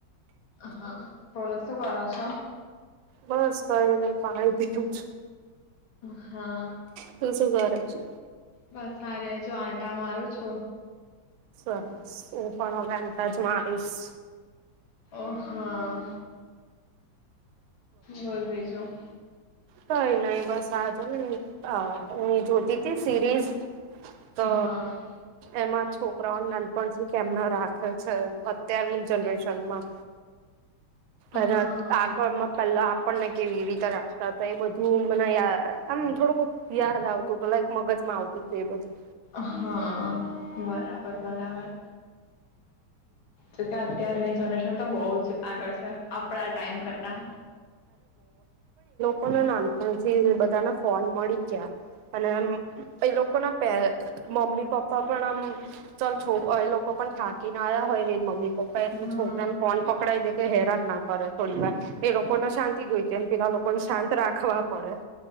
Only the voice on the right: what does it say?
બસ કંઈ નહીં, પાણી પીધું જ.
તું શું કરે છે?
સરસ. હું પણ હવે આટા જ મારીશ.
કંઈ નહીં બસ આ જોને આ હું એ જોતી તી સિરીઝ. તો
એમ જ છોકરાઓને નાનપણ થી કેમ ના રાખે છે અત્યારની જનરેશનમાં. અત્યારે
આગળમાં પેલા આપણને કેવી રીતે રાખતા તા એ બધ તું મને યા આમ થોડું યાદ આવતું તું લાઈક મગજમાં આવતું તું એ બધું.
કો ને નાનપણથી જ બધાને ફોન મળી ગયા, અને અમ્મ એ લોકો ના પે મમ્મી પપ્પા પણ આમ ચાલ છો એ લોકો પણ થાકીને આયા હોય ને એના મમ્મી પપ્પા એટલે
છોકરાને ફોન પકડાઈ દે કે હેરાન ના કરે થોડી વાર. એ લોક કો ને શાંતિ જોઈ તેમ પેલા લોકો શાંત રાખ ખવા પડે.